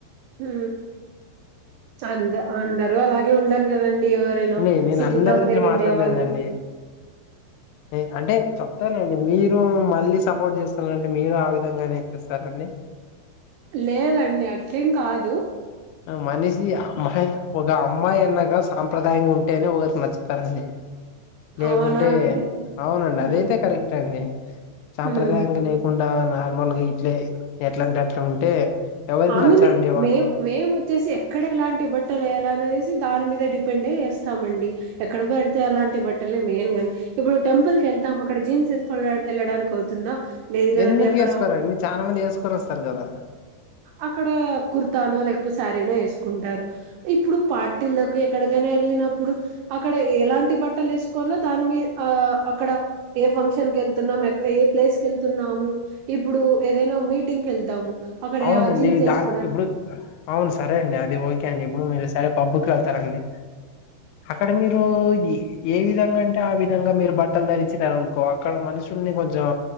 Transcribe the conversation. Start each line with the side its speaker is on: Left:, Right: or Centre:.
Right: ఊ అంద అందరూ అలాగే ఉండారు కదండి ఎవరైనా
Left: అండి నేను
Right: సిటీల్లో
Left: అందరి గురించి
Right: పెరిగిండే
Left: మాట్లాడలేనండి
Right: వాళ్ళు
Left: ఏ అంటే చెప్తానండి మీరు మళ్ళీ సపోర్ట్ చేస్తన్నంటే మీరు ఆ విధంగానే చేస్తారండి
Right: లేదండి అట్లేం కాదు
Left: మనేషి అమ్మాయ్ ఒకఅమ్మాయ్ అన్నగా సా సాప్రదాయంగా ఉంటేనే ఒకరు నచ్చుతారండి. లేకుంటే
Right: అవునా అండి
Left: అవునండి
Right: హ్మ్.
Left: అదైతే కరెక్ట్ అండి సాంప్రదాయంగా
Right: హ్మ్.
Left: లేకుండా నార్మల్గా ఇట్లే ఎట్లాంట అట్ల ఉంటే ఎవరికి
Right: ఆ
Left: నచ్చారండి
Right: మీన్ మే మేము వచ్చేసి ఎక్కడ ఎలాంటి బట్టలు వేయాల అనేది దాని మీద డిపెండ్ అయేస్తామండి ఎక్కడ పడితే అలాంటి బట్టలే మెయిన్గా ఇప్పుడు టెంపుల్ కి వెళ్తాం అక్కడ జీన్స్ వేసుక వెళ్ళడానికి అవుతుందా లేదు కదండి
Left: ఎందుకు
Right: అక్కడ
Left: వేసుకోరండి చాలా మంది వేసుకొని వస్తారు కదా
Right: అక్కడ కుర్తానో లేకపోతే శారీనో వేసుకుంటారు. ఇప్పుడు పార్టీలకు ఎక్కడికైనా వెళ్ళినప్పుడు అక్కడ ఎలాంటి బట్టలు వేసుకోవాలో దాని మీ ఆ అక్కడ ఏ ఫంక్షన్ కి వెళ్తున్నాము ఏ ప్లేస్ కి వెళ్తున్నాము ఇప్పుడు ఏదైనా మీటింగ్ వెళ్తాము. అక్కడ
Left: అవునండి
Right: జీన్స్ వేసుకోవడానికి
Left: దాని ఇప్పుడు అవును సరే అండి అది ఓకే అండి ఇప్పుడు మీరు సరే పబ్బుకి వెల్త్ సరెండి అక్కడ మీరు ఏ ఏ విధంగా అంటే ఆ విధంగా మీరు బట్టలు ధరించినారు అనుకో అక్కడ మనుషుల్ని కొంచెం